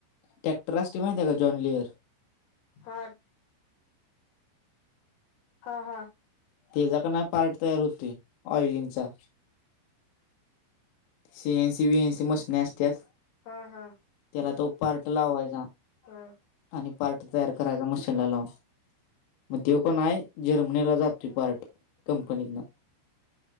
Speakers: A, on the left; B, on the left.
A: टॅक्टर असटी माहिती आहे का जॉन लिअर
B: हा हा हा
A: तेचा का नाही पार्ट तयार होते ऑइलिंगचा C N C B N C मशनी असतात
B: हा हा
A: त्याला तर उह टलावाय का
B: हा
A: आणि पार्ट तयार करायचा मशीनला लावून मग ते पण आहे जर्मनीला जात टिपार्ट कंपनी ना